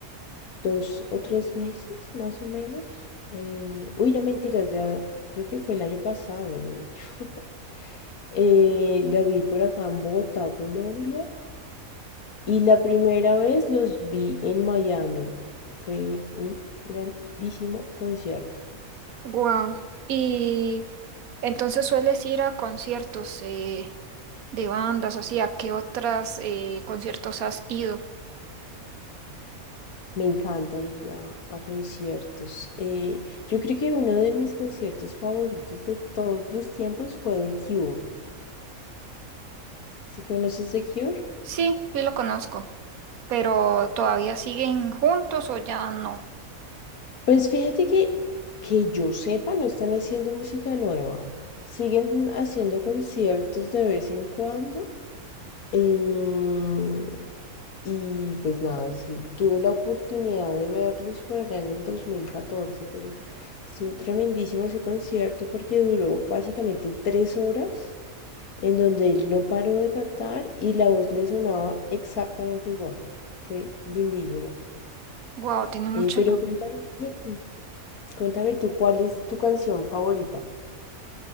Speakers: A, on the left; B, on the right.
A: dos o tres meses, más o menos. Eh, uy, no mentiras, ya creo que fue el año pasado, de hecho. <laughs> Eh, la vi por acá en Bogotá, Colombia. Y la primera vez los vi en Miami. Fue un grandísimo concierto.
B: Wow. Y entonces sueles ir a conciertos eh, de bandas, o sea, ¿qué otras eh, conciertos has ido?
A: Me encanta ir a, a conciertos. Eh, yo creo que uno de mis conciertos favoritos de todos los tiempos fue The Cure. ¿Sí conoces The Cure?
B: Sí, sí lo conozco, pero ¿todavía siguen juntos o ya no?
A: Pues fíjate que, que yo sepa, no están haciendo música nueva. Siguen haciendo conciertos de vez en cuando. eh, y pues nada, sí, tuve la oportunidad de verlos por allá en el 2014, pero estuvo tremendísimo ese concierto porque duró básicamente tres horas en donde él no paró de cantar y la voz le sonaba exactamente igual. Fue lindísimo.
B: Wow, tiene mucho.
A: Eh, pero cuéntame, tú- cuéntame tú, ¿cuál es tu canción favorita?